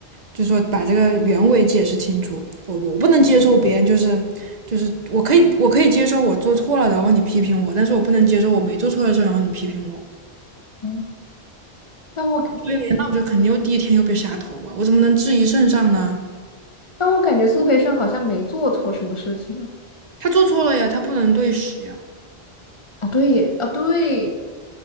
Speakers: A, on the right; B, on the left.
A: 就说把这个原委解释清楚，我我不能接受别人就是就是我可以我可以接受我做错了，然后你批评我，但是我不能接受我没做错的事儿然后你批评我。
B: 嗯，但我感
A: 对了呀，那我就肯定又第一天又被杀头啊，我怎么能质疑圣上呢？
B: 但我感觉苏培盛好像没做错什么事情啊。
A: 他做错了呀，他不能对时呀。
B: 哦，对耶，哦对哦对